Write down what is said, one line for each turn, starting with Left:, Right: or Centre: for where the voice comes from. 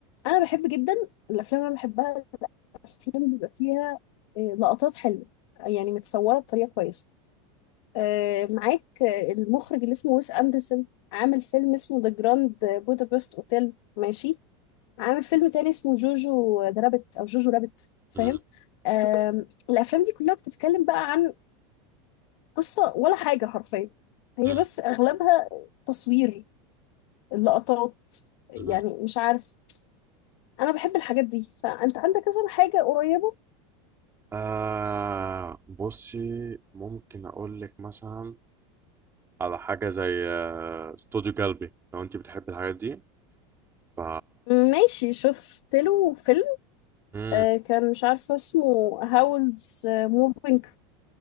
Left: انا بحب جدا الافلام اللي انا بحبها الافلام بيبقى فيها آه، لقطات حلوه يعني متصوره بطريقه كويسه آه، معاك آه، المخرج اللي اسمه ويس أندرسون عامل فيلم اسمه ذا جراند بودابست اوتيل ماشي عامل فيلم تاني اسمه جوجو ذا رابت او جوجو رابت فاهم
Right: مم،
Left: آم، الافلام دي كلها بتتكلم بقى عن قصة ولا حاجة حرفيا هي
Right: مم،
Left: بس اغلبها تصوير اللقطات يعني
Right: مم.
Left: مش عارف انا بحب الحاجات دي فانت عندك مثلا حاجة قريبة
Right: آه بصي ممكن اقول لك مثلا على حاجه زي آه، استوديو جلبي لو انت بتحبي الحاجات دي ف
Left: ماشي شفت له فيلم
Right: مم.
Left: آه، كان مش عارفة اسمه هاولز موفينج